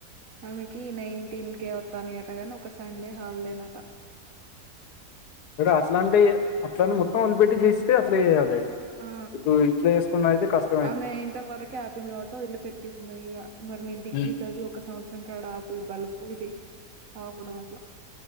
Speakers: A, on the right; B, on the left.
A: ఆమెకి నైన్టీన్కే వత్తన్నాయట అట గాని ఒక సండే హాలిడే నట
B: సరే అట్లా అంటి అట్లానే మొత్తం వొదిపెట్టి చేస్తే అట్లా చేయాలి
A: ఆ!
B: ఇటు ఇట్లా చేసుకు అయితే కష్ట
A: ఆమె ఇంటర్ వరకే ఆపింది కాబట్టి వదిలు పెట్టిందిక మరి నేను డిగ్రీస్
B: ఉమ్.
A: అది ఒక సంవత్సర ఉచ్చంకాడ ఆపి బలు పూరి ఆపడం అట్లా